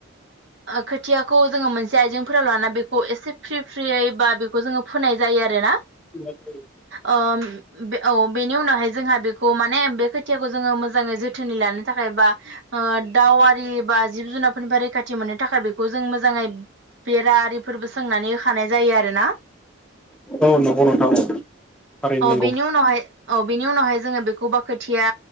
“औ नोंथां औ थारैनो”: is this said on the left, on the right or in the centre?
Centre